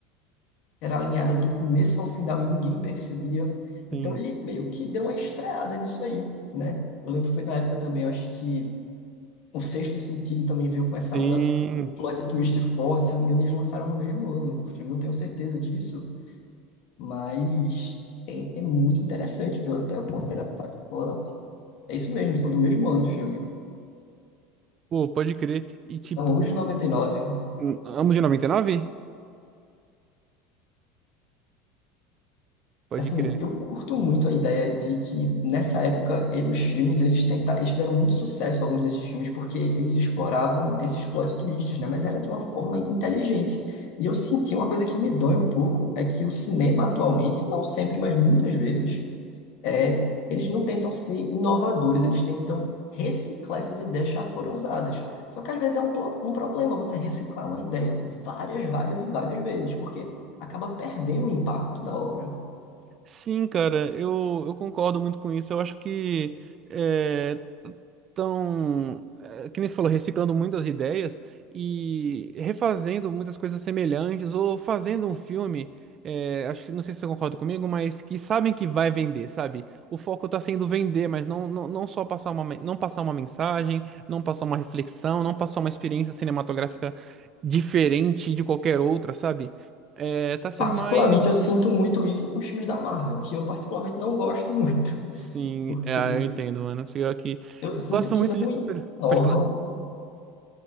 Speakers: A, on the left (about 65°); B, on the right (about 40°).
A: era alinhada do começo ao final e ninguém percebia. Então
B: Sim,
A: ele meio que deu uma estreada nisso aí, né? Eu lembro que foi na época também, eu acho que o Sexto Sentido também veio com essa
B: sim.
A: onda, um plot twist forte, se eu não me engano, eles lançaram no mesmo ano. O filme, não tenho certeza disso, mas é, é muito interessante, viu? Até eu conferi na Fight Club. É isso mesmo, são do mesmo ano o filme.
B: Pô, pode crer. E tipo,
A: São ambos de noventa e nove
B: hum, ambos de 99? Pode
A: Assim,
B: crer.
A: eu curto muito a ideia de que nessa época e- os filmes eles tenta, eles fizeram muito sucesso alguns desses filmes porque eles exploravam esses plot twists, né? Mas era de uma forma inteligente. E eu senti uma coisa que me dói um pouco é que o cinema atualmente, não sempre, mas muitas vezes, é, eles não tentam ser inovadores, eles tentam reciclar essas ideias que já foram usadas. Só que às vezes é um, pro- um problema você reciclar uma ideia várias, várias e várias vezes, porque acaba perdendo o impacto da obra.
B: Sim, cara, eu, eu concordo muito com isso. Eu acho que eh, Então, é, que nem você falou, reciclando muitas ideias e refazendo muitas coisas semelhantes ou fazendo um filme, é, acho que não sei se você concorda comigo, mas que sabem que vai vender, sabe? O foco tá sendo vender, mas não, não, não só passar uma, men- não passar uma mensagem, não passar uma reflexão, não passar uma experiência cinematográfica diferente de qualquer outra, sabe? É, tá sendo
A: Particularmente,
B: mais.
A: eu sinto muito isso com os filmes da Marvel, que eu particularmente não gosto muito, <laughs>
B: Sim,
A: porque
B: é, eu entendo, mano. Pior que.
A: eu sinto
B: Eu gosto
A: que
B: muito
A: não
B: de super.
A: inova,
B: Pode falar,